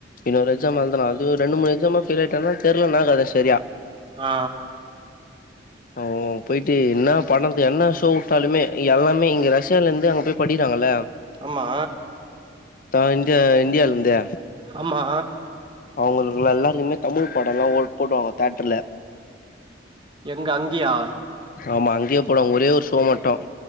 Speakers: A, on the left; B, on the right.
A: இன்னொரு எக்ஸாம் எழுதனா ரெண்டு மூணு எக்ஸாம்ல ஃபெயில் ஆய்ட்டானா தெர்ல என்ன கதனு சரியா
B: ஆ
A: ம் போயிட்டு என்னாப் பண்ணறது என்ன ஷோ விட்டாலுமே எல்லாமே இங்க ரஷ்யால இருந்து அங்க போய் படிறாங்கல்ல
B: ஆமா
A: தா இங்க இண்டியால இருந்து
B: ஆமா
A: அவங்களுக்கு எல்லாருக்குமே தமிழ் படம் எல்லாம் போடுவாங்க தேட்டர்ல
B: எங்க அங்கியா
A: ஆமா அங்கயே போடுங்க ஒரே ஒரு ஷோ மட்டும்